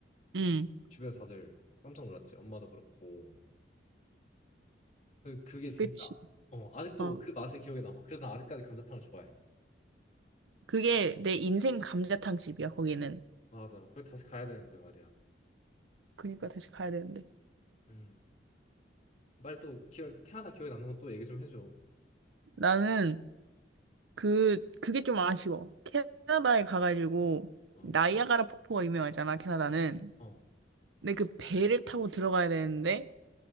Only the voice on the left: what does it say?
주변에서 다들 깜짝 놀랐지. 엄마도 그렇고. 그- 그게 진짜
어 아직도
그 맛이 기억에 남아. 그래서 나 아직까지 감자탕을 좋아해.
맞아. 거기 다시 가야 되는데 말이야.
음. 빨리 또 기억, 캐나다 기억에 남는 건 또 얘기 좀 해줘.
어.
어.